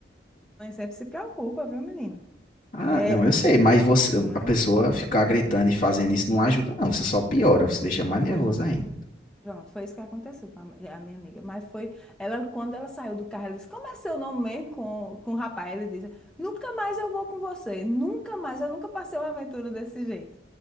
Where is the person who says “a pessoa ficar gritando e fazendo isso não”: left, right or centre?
Left